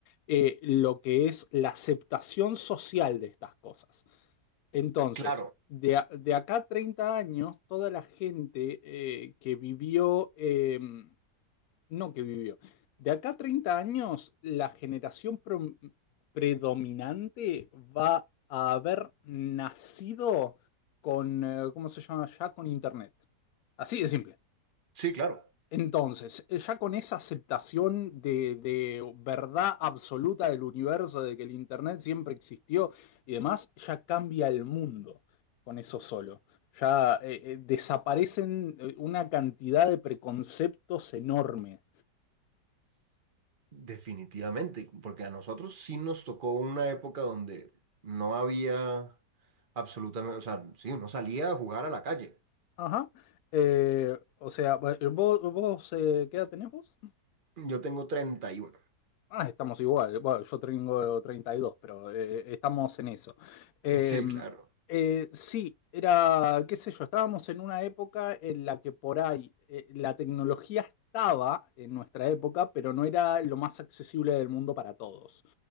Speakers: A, on the left; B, on the right.
A: eh, lo que es la aceptación social de estas cosas. Entonces,
B: Claro,
A: de, a- de acá a 30 años, toda la gente eh, que vivió... em, no que vivió. De acá a 30 años, la generación pro- predominante va a haber nacido con, eh, ¿cómo se llama? Ya con Internet. Así de simple.
B: sí, claro.
A: Entonces, eh, ya con esa aceptación de, de verdad absoluta del universo, de que el Internet siempre existió y demás, ya cambia el mundo con eso solo. Ya eh, eh, desaparecen eh, una cantidad de preconceptos enormes
B: Definitivamente, porque a nosotros sí nos tocó una época donde no había absolutamente, o sea, sí, uno salía a jugar a la calle.
A: Ajá. Eh, o sea, bu- vos, vos eh, ¿qué edad tenés vos?
B: Yo tengo 31.
A: Ah, estamos igual. Bueno, yo tengo 32, pero eh, estamos en eso. Eh,
B: Sí, claro.
A: eh, sí, era, qué sé yo, estábamos en una época en la que por ahí eh, la tecnología estaba en nuestra época, pero no era lo más accesible del mundo para todos.